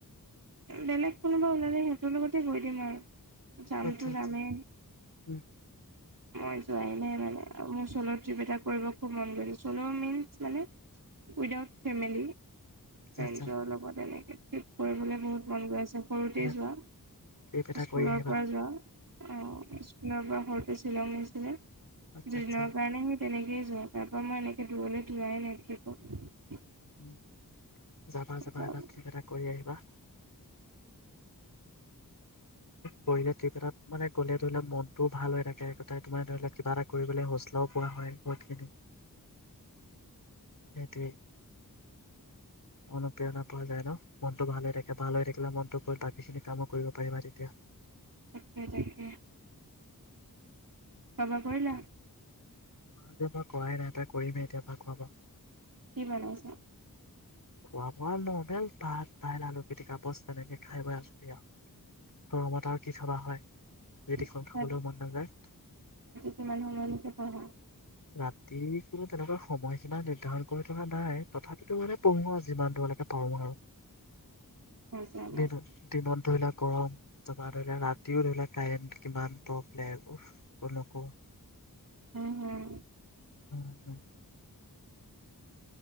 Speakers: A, on the right; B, on the left.
A: বেলেগ কোনোবা ওলালে সিহঁতৰ লগতে গৈ দিম আৰু চালটো
B: আচ্ছা আচ্ছা
A: যামে।
B: উম
A: মই যোৱ নে মানে মোৰ চ'ল' ট্ৰিপ এটা কৰিব খুব মন গৈছে চ'ল ম মানে উদউট ফেমি
B: আচ্ছা
A: ফেছল
B: আচ্ছা
A: ব নাই কৰিবলৈ বহুত মন গৈ আছে সৰুতে
B: এটা
A: যোৱা
B: ট্ৰিপ এটা
A: স্কুলৰ
B: কৰি আহিবা
A: পৰা যোৱা অ', স্কুলৰ পৰাৰ শ্বিলংছিলে
B: আচ্ছা
A: দুদি
B: আচ্ছা
A: ন গণে তেনেকয়ে যোৱা তাৰ পৰা মই এনেকে দূৰলৈ যোৱাই নাই অ
B: উম। যাবা যাবা
A: তাকে
B: এটা িব এটা কৰি আহিবা পঢ়লে টা মানে গ'লে ধৰি লক মন ত' ভাল হয় থাকে তোমাৰ ধৰি লওঁক কিবা এটা কৰিবলৈ হোষ্টলাও পোৱা হয় বহুত খিনি। সেইটমে অনু পিয় ন' পোৱা যায় ন'। মনতটো ভাল হৈ থাকে ভাল হৈ থাকিলে মনত বাকী চিনি কামো কৰিব। এতিয়া
A: তাকে তাকে কাবা কৰিলা
B: যে মই কাই নাই এ কৰিম এতিয়া ভা খোৱা বা
A: কি বনাইছা
B: খোৱা মাল ন েল ভাত দাইল আলু পিটিকাপচ তেনেকে খাই ব আছোৰি আৰু গৰমত আৰু কি খাবা হয় ৰিতিখন
A: ৰাতি
B: খাবলৈও মন নাযায়
A: কিমান সময়লৈকে পঢ়া
B: ৰাতি কোনো তেনেকুৱা সময়চীনা নিৰ্ধাৰণ কৰি থকা নাই তথাপিতো মানে পঢ়ো যিমান দূৰলৈকে পাৰো আৰু
A: মজা মজা
B: বিম বিমন ধই লাখ গৰম তপা ধৰি লোৱা ৰাতিও ধৰি লোৱা কাৰেণ্ট কিমান প্ৰব্লেম উফ, কলকো
A: উম হম
B: <inaudible>